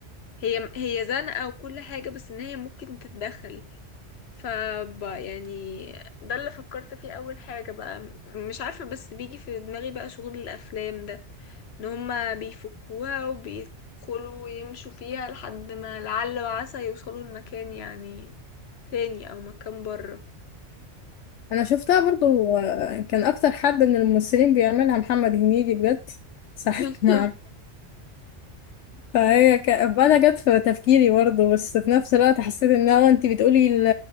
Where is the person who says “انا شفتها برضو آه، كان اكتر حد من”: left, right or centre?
Left